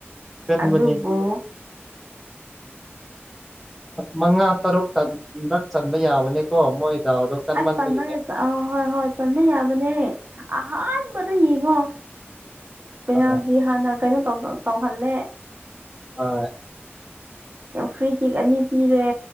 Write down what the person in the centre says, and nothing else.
ꯀꯟꯕꯅꯤ
ꯃꯉꯥ ꯇꯔꯨꯛꯂꯛ ꯆꯟꯕ ꯌꯥꯕꯅꯦꯀꯣ ꯃꯣꯏ ꯗꯥꯎꯗꯣ ꯀꯟꯃꯟꯕꯒꯤꯅꯦ
ꯍꯣꯏ
ꯍꯣꯏ